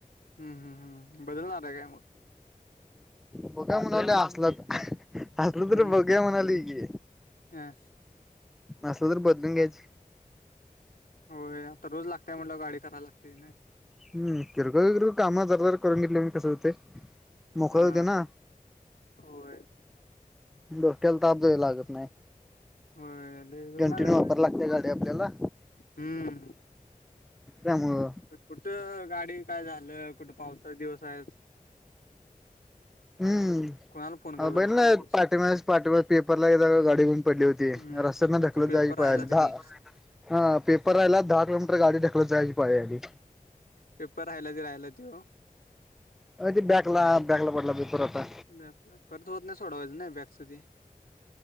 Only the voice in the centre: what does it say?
कुठ म्हणाले असल असल तर
बघुया म्हणाली की
असल तर बदलून घ्यायची.
हम्म किरकोळ काम जर जर करून घेतले मी कस होते मोकळे
होते ना.
डोक्याला ताप द्यावे लागत नाही.
कंटिन्यू
वापरायला
लागते गाडी आपल्याला.
त्यामुळे.
हम्म
<unintelligible> ना
पाटस पाटवा पेपर वरती. <unintelligible> ग गाडी घऊन पडली होती
रस्त्यात ना ढकलत
जायची पाळी
आली.
हा पेपर राहिला दहा किलोमीटर गाडी ढकलत जायची पाळी आली.
अ ते बॅकला बॅकला पडला पेपर आता.